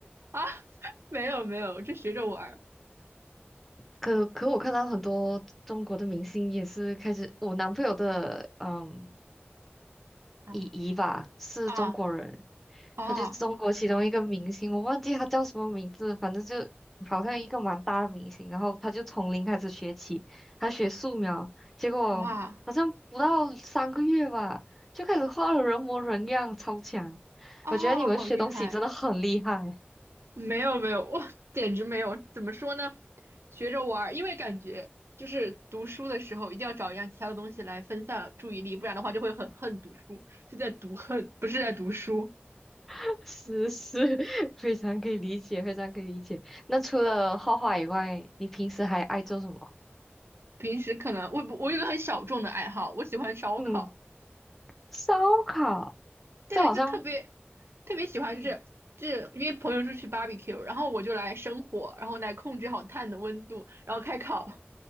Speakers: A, on the right; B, in the centre.
A: 啊，<laughs> 没有没有，就学着玩儿
B: 可可，我看到很多中国的明星也是开始，我男朋友的嗯
A: 啊，
B: 姨姨吧，是中国人，
A: 啊啊
B: 他就是中国其中一个明星，我忘记他叫什么名字，反正就好像一个蛮大的明星。然后他就从零开始学起，他学素描，结果好像不到三个月吧，
A: 哇
B: 就开始画的人模人样，超强。
A: 啊，
B: 我觉得你们学东西真的很厉害，
A: 好厉害！没有没有，我简直没有。怎么说呢？学着玩儿，因为感觉就是读书的时候一定要找一样其他的东西来分散注意力，不然的话就会很恨读书，就在读恨，不是在读书。
B: <laughs> 是是，<laughs> 非常可以理解，非常可以理解。那除了画画以外，你平时还爱做什么？
A: 平时可能我我有一个很小众的爱好，我喜欢烧烤。
B: 嗯，烧烤，
A: 对，
B: 这好像，
A: 就特别特别喜欢，
B: 嗯，
A: 就是就是约朋友出去 barbecue，然后我就来生火，然后来控制好炭的温度，然后开烤。